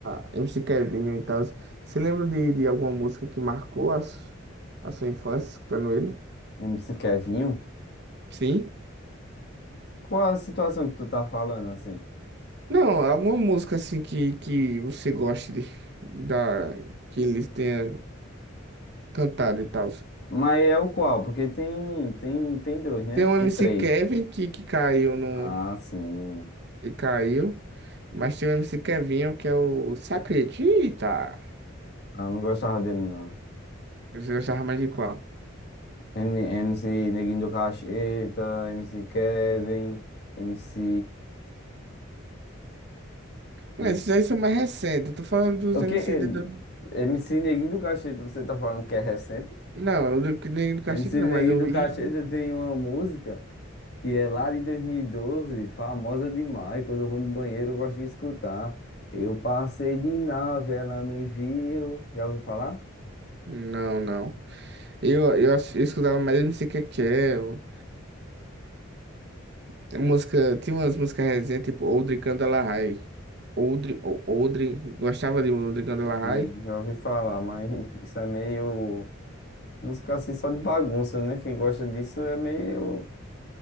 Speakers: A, on the right (about 55°); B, on the left (about 55°).
A: a MC Kevin e tal. Você lembra de, de alguma música que marcou a, su- a sua infância escutando ele?
B: MC Kevinho?
A: Sim.
B: Qual a situação que tu tá falando assim?
A: Não, alguma música assim que, que você goste de, da, que eles tenham cantado e tal.
B: Mas é o qual? Porque tem, tem, tem dois, né?
A: Tem um MC
B: Tem três.
A: Kevin que, que caiu no.
B: Ah, sim.
A: Que caiu. Mas tem um MC Kevinho que é o Se Acredita.
B: ah não gostava dele, não.
A: Você gostava mais de qual?
B: M- MC Neguinho do Cacheta, MC Kevin, MC...
A: Não,
B: I,
A: esses aí são mais recentes. Eu tô falando dos
B: O
A: MC
B: que?
A: de. dois-
B: MC Neguinho do Cacheta, você tá falando que é recente?
A: Não, o do que nem do Castilho
B: MC
A: não,
B: Neguinho
A: mas o
B: do
A: Ig.
B: Cacheta tem uma música que é lá de 2012, famosa demais. Quando eu vou no banheiro, eu gosto de escutar. Eu passei de nave, ela me viu. Já ouviu falar?
A: Não, não. Eu, eu, ass- eu escutava mais MC Kekel. Tem música, tinha umas músicas recentes, tipo Oldri Candelahai. Oldri, O- Oldri, gostava de Oldri Candelahai?
B: Hum, já ouvi falar, mas <laughs> isso é meio. Música assim só de bagunça, né? Quem gosta disso é meio